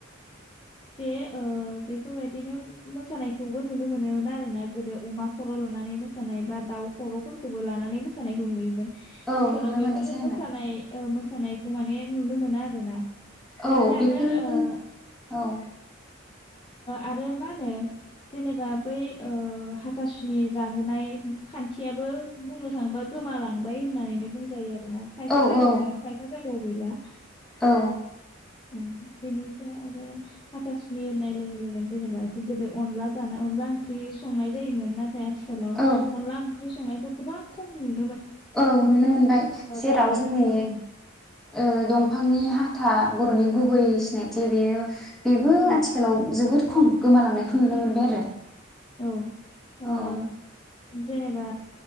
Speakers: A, on the left; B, in the centre.
A: बे बेफोरबायदिनो मोसानायखौबो नुनो मोनोमोन आरोना गोदो अमा खर' लानानै मोसानाय बा दाउ खर'फोरखौबो लानानै मोसानायखौ नुयोमोन।
B: औ
A: आथिखालाव
B: नुनो
A: बेफोर
B: मोननाय जायोमोन
A: मोसानाय औ मोसानायखौ माने नुनो मोना आरोना। बेनिफ्राय
B: औ बेफोरनि
A: आरो ओ
B: औ।
A: आरो मा होनो जेनेबा बै ओ हाथासुनि जाहोनाय खान्थियाबो बुंनो थाङोबा गोमालांबाय होननानैनो बुंजायो आरो ना खायफा
B: औ
A: जायगायाव
B: औ
A: दङ खायफा जा गाव गैला।
B: औ
A: ओ बिनिफाय आरो हाथासु नि होननाय लोगो लोगोन जेनेबा गोदो अनला जानाय अनला ओंख्रि संनाय जायोमोन ना थाइ आथिखालाव
B: औ
A: अनला ओंख्रि संनायखौ गोबां खम नु
B: औ नुनो मोनबाय। जेराव
A: जायनि
B: जोंनि
A: औ औ
B: ओ दं फांनि हाथा बर'नि गुबै सिनायथि बेयो बेबो
A: औ
B: आथिखालाव जोबोद खम गोमालांनायखौ नुनो
A: उम
B: मोनबाय
A: उम
B: आरो।
A: उम औ। ओ
B: औ।
A: जेनेबा